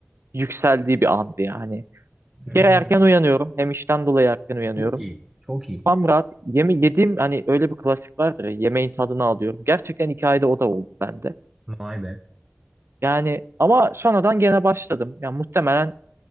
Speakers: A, on the right; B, on the right.
A: yükseldiği bir andı yani.
B: Hmm.
A: Bir kere erken uyanıyorum. Hem işten dolayı erken uyanıyorum.
B: Çok iyi. Çok iyi.
A: Tam rahat. Yeme yediğim hani öyle bir klasik vardır ya, yemeğin tadını alıyorum. Gerçekten hikayede o da oldu bende.
B: Vay be.
A: Yani ama sonradan gene başladım. Yani muhtemelen